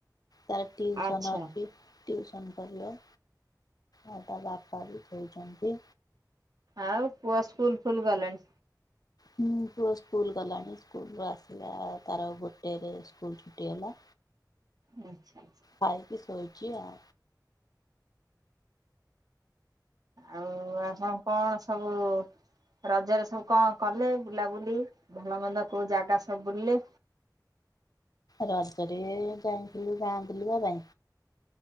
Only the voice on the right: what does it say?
ଆଚ୍ଛା
ଆଉ ପୁଅ ସ୍କୁଲ୍ ଫୁଲ୍ ଗଲାଣି?
ଆଚ୍ଛା ଆଛା।
ଆଉ ଆପଣ କଣ ସବୁ ରଜରେ ସବୁ କଣ କଲେ ବୁଲାବୁଲି ଭଲ ମନ୍ଦ କୋଉ ଜାଗା ସବୁ ବୁଲିଲେ?